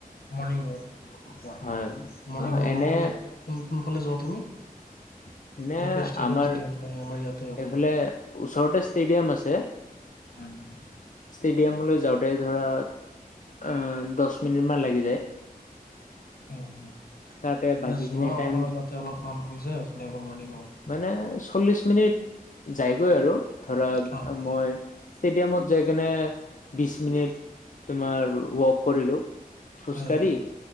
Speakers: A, on the left; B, on the left.
A: মৰ্ণিং ৱাক কৰা।
B: হয়
A: মৰ্ণিং ৱাকৰ
B: এনে
A: ফালে কোন কোনফালে যোৱা তুমি? এনেকুৱা
B: এনে
A: ষ্টেডিয়াম-চেষ্টেডিয়াম
B: আমাৰ
A: নাই আমাৰ ইয়াতে অকল।
B: এইফালে ওচৰতে ষ্টেডিয়াম আছে।
A: উম।
B: ষ্টেডিয়ামলৈ যাওঁতে ধৰা আহ দহ মিনিট মান লাগি যায়।
A: উম-উম!
B: তাতে
A: মানে
B: বাকী
A: যোৱা
B: খিনি টাইম
A: অহাৰ যাতে অলপমান হৈ যায় আৰু মৰ্ণিংও ৱাক।
B: মানে চল্লিশ মিনিট যায়গৈ আৰু ধৰাক
A: হয় হয়
B: মই ষ্টেডিয়ামত যাই কেনে বিছ মিনিট তোমাৰ ৱক কৰিলোঁ। খোজকাঢ়ি
A: হয় হয়